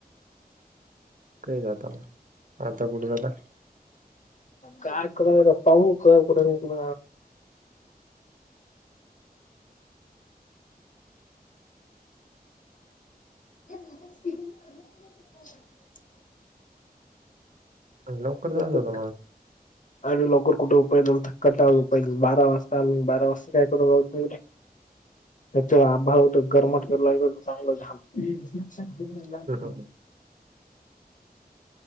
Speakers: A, on the right; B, on the left.
A: काही जाता मग आता कुठे जाता?
B: काय क पाह क कठ तु <unintelligible>
A: लवकर
B: बबक
A: जात होता
B: आणि लवकर कुठे थक्का टा पाहिजे बारा वाजता आ बारा वाजता काय कर. त्याच्या आभव गरमात चांगलं झा लक्षात दे लाग.
A: मग